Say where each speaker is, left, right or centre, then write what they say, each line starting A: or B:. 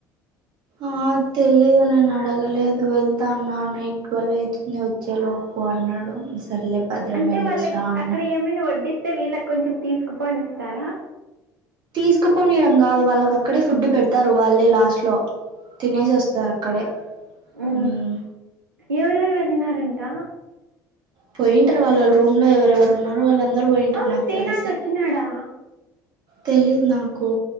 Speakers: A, on the right; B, on the right.
A: ఆ తెలిదు నేను అడగలేదు వెళ్తాన్నా నైట్ ట్వల్ అయితుంది వచ్చేలోపు పో అన్నాడు సర్లే భద్రం
B: అంటే
A: వెళ్ళేసిరా
B: వాళ్ళకి
A: అన్నా
B: అక్కడ ఏమైనా వడ్డిస్తే వీళ్ళకి కొంచెం తీసుకుపోనిస్తారా
A: తీసుకుపోనియడం కాదు వాళ్ళకి అక్కడే ఫుడ్ పెడతారు వాళ్ళే లాస్ట్ లో తినేసి వస్తారు అక్కడే
B: ఉ
A: మ్మ్
B: ఎవరెవరు వెళ్ళినారంటా
A: పోయింటారు వాళ్ళ రూమ్ లో ఎవరెవరు ఉన్నారు వాళ్ళ అందరూ పోయింటారు
B: అవును
A: నాకు
B: శ్రీనాథ్
A: తెలిసి
B: వచ్చినాడా
A: తెలిదు నాకు